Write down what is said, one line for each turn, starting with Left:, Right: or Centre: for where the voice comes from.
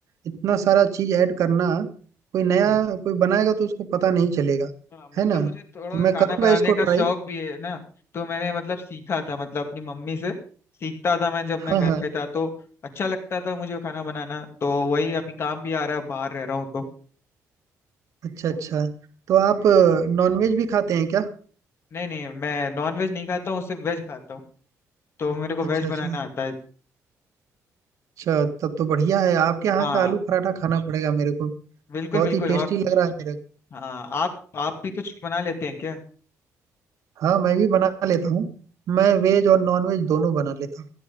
Right: इतना सारा चीज ऐड करना कोई नया
Left: हम्म
Right: कोई बनाएगा तो उसको पता नहीं चलेगा
Left: हाँ मतलब
Right: है ना
Left: मुझे थोड़ा
Right: तो मैं
Left: खाना
Right: करूंगा
Left: बनाने
Right: इसको
Left: का शौक
Right: ट्राई
Left: भी है ना तो मैंने मतलब सीखा था मतलब अपनी मम्मी से सीखता था मैं जब मैं
Right: हाँ
Left: घर
Right: हाँ
Left: पे था तो अच्छा लगता था मुझे खाना बनाना तो वही अभी काम भी आ रहा है बाहर रह रहा हूँ तो
Right: अच्छा अच्छा तो आप नॉनवेज भी खाते हैं क्या
Left: नहीं नहीं मैं नॉन वेज नहीं खाता हूँ सिर्फ वेज खाता हूँ तो मेरे को
Right: अच्छा
Left: वेज
Right: अच्छा
Left: बनाना आता है
Right: अच्छा तब तो बढ़िया है आपके यहाँ
Left: हाँ
Right: का आलू पराठा खाना पड़ेगा मेरे को
Left: बिल्कुल
Right: बहुत
Left: बिल्कुल
Right: ही टेस्टी
Left: और
Right: लग रहा है मेरे को
Left: हाँ आप आप भी कुछ बना लेते हैं क्या
Right: हाँ मैं भी बना लेता हूँ मैं वेज और नॉन वेज दोनों बना लेता